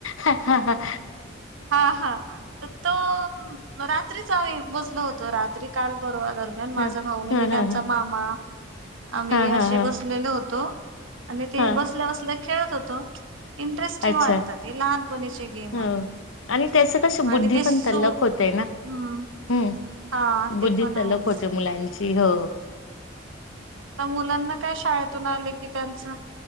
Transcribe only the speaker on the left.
हा
हा
हा हा
हा
हा हा
हा
अच्छा
हो.
आणि त्याचं कस बुद्धी
पण तल्लक होते ना
हम्
बुद्धी
तल्लख
होते मुलांची हो.